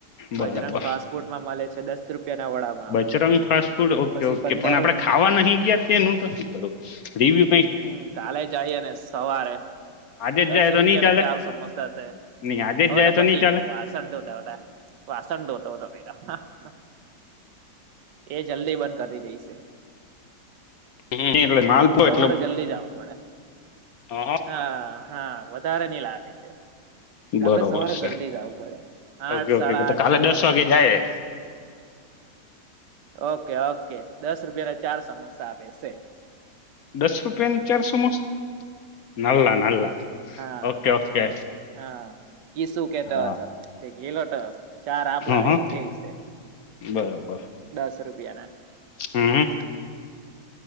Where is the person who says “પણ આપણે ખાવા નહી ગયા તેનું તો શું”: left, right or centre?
Left